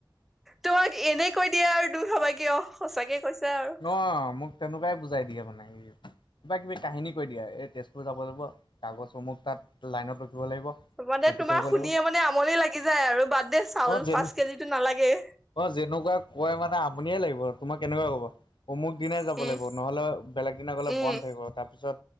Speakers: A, in the centre; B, on the left.
A: তোমাক এনে কৈ দিয়ে আৰু তুমি ভাবা কি অ', সঁচাকে কৈছে আৰু।
B: অ', মোক তেনেকুৱাই বুজাই দিয়ে মানে। কিবা কিবি কাহিনী কৈ দিয়ে এই তেজপুৰ যাব লাগিব কাগজ অমুক তাত লাইনত ৰখিব লাগিব।
A: মানে
B: এইটো
A: তোমাৰ
B: কৰিব
A: শুনিয়ে
B: লাগিব
A: মানে আমনি লাগি যায় আৰু বাদ দে চাউল
B: অ যেন
A: পাঁচ কেজিতো নালাগে।
B: অ', যেনেকুৱা কয় মানে আমনিয়ে লাগিব তোমাক তেনেকুৱা ক'ব। অমুক দিনাই
A: উম
B: যাব লাগিব ন'হলে, বেলেগ দিনা গলে
A: উম
B: বন্ধ থাকিব তাৰপিছত